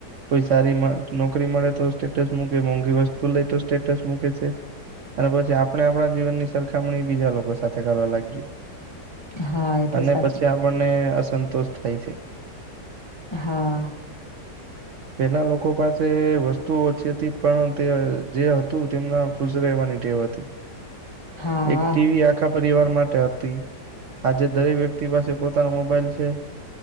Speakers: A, on the right; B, on the left.
A: કોઈ સારી નોકરી મળે તો સ્ટેટસ મૂકે મોંઘી વસ્તુ લઈ તો સ્ટેટસ મૂકે છે. અને પછી આપણે આપણા જીવનની સરખામણી બીજા લોકો સાથે કરવા લાગીએ
B: હા, એ તો
A: અને
B: સાચી
A: પછી આપણને અસંતોષ થાય છે.
B: હા
A: <inaudible> પેલા લોકો પાસે વસ્તુઓ ઓછી હતી પણ તે જે હતું તેમના ખુશ રહેવાની ટેવ હતી
B: હા
A: એક ટીવી આ આખા પરિવાર માટે હતી આજે દરેક વ્યક્તિ પાસે પોતાનો મોબાઈલ છે.